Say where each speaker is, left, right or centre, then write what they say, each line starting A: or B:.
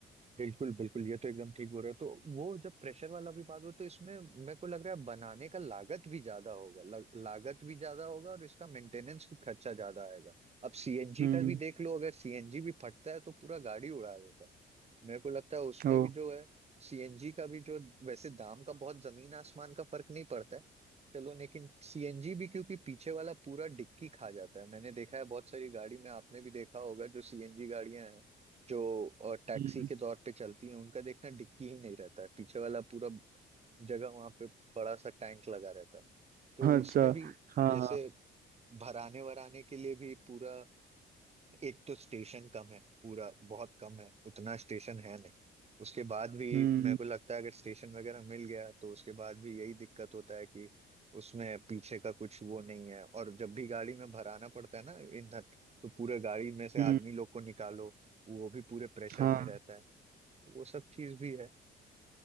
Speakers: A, on the right; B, on the right.
A: बिल्कुल बिल्कुल ये तो एकदम ठीक बोल रहे हो तो वो जब प्रेशर वाला भी बात हो तो इसमें मेरे को लग रहा है बनाने का लागत भी ज्यादा होगा लग, लागत भी ज्यादा होगा और इसका मेंटेनेंस भी खर्चा ज्यादा आएगा अब सीएनजी
B: हम्म
A: का भी देख लो अगर सीएनजी भी फटता है तो पूरा गाड़ी उड़ा देता है मेरे को लगता है उसमें
B: ओ
A: भी जो है सीएनजी का भी जो वैसे दाम का बहुत जमीन आसमान का फर्क नहीं पड़ता है चलो लेकिन सीएनजी भी क्योंकि पीछे वाला पूरा डिक्की खा जाता है मैंने देखा है बहुत सारी गाड़ी में आपने भी देखा होगा जो सीएनजी गाड़ियां हैं जो अ, टैक्सी
B: हम्म,
A: के तौर पे चलती है उनका देखना डिक्की ही नहीं रहता है पीछे वाला पूरा जगह वहां पे बड़ा सा टैंक लगा रहता है तो
B: अच्छा
A: उसमें भी
B: हाँ
A: जैसे
B: हाँ,
A: भराने वराने के लिए भी पूरा एक तो स्टेशन कम है पूरा बहुत कम है उतना स्टेशन है नहीं उसके बाद भी
B: हम्म
A: मेरे को लगता है अगर स्टेशन वगैरह मिल गया तो उसके बाद भी यही दिक्कत होता है कि उसमें पीछे का कुछ वो नहीं है और जब भी गाड़ी में भराना पड़ता है ना ईंधन तो पूरे गाड़ी में से
B: हम्म
A: आदमी लोग को निकालो वो भी पूरे प्रेशर
B: हाँ
A: में रहता है वो सब चीज भी है